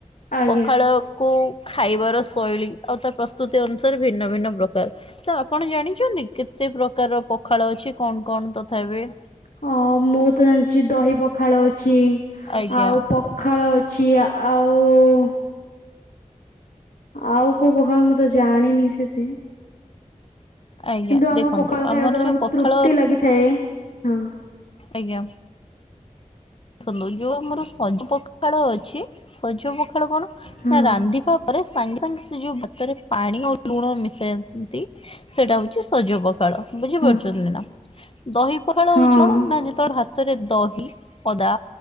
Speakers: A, on the left; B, on the left.
A: ଆଜ୍ଞା
B: ପଖାଳ କୁ ଖାଇବାର ଶୈଳୀ ଆଉ ତା ପ୍ରସ୍ତୁତି ଅନୁସାରେ ଭିନ୍ନ ଭିନ୍ନ ପ୍ରକାର। ତ ଆପଣ ଜାଣିଚନ୍ତି କେତେ ପ୍ରକାରର ପଖାଳ ଅଛି କଣ କଣ ତଥାପି?
A: ହଁ ମୁଁ ତ ଜାଣିଚି ଦହି ପଖାଳ ଅଛି।
B: ଆଜ୍ଞା
A: ଆଉ ପ ଖାଳ ଅଛି ଆଉ ଆଉ କୋଉ ପାଖାଳ ମୁଁ ତ ଜାଣିନି ସେତେ।
B: ଆଜ୍ଞା
A: କିନ୍ତୁ ଆମକୁ
B: ଦେଖନ୍ତୁ
A: ପଖାଳ ଖାଇବା
B: ଆମର
A: ଦ୍ଵାରା
B: ଯୋଉ
A: ମୁଁ
B: ପଖାଳ
A: ତୃପ୍ତି ଲାଗିଥାଏ ହଁ।
B: ଆଜ୍ଞା। ଦେଖନ୍ତୁ ଯୋଉ ଆମର ସଜ ପଖାଳ ଅଛି। ସଜ ପଖାଳ କଣ
A: ହଁ
B: ନା ରାନ୍ଧିବା ପରେ ସାଙ୍ଗେ ସାଙ୍ଗେ ସେ ଯୋଉ ଭାତରେ ପାଣି ଆଉ ଲୁଣ ମିଶାଇନ୍ତି। ସେଟା ହୋଉଚି ସଜ ପଖାଳ। ବୁଝି
A: ହଁ
B: ପାରୁଚନ୍ତି ନା ଦହି ପଖାଳ
A: ହଁ
B: ହୋଉଚି କଣ ନା ଯେତେବେଳେ ଭାତରେ ଦହି ଅଦା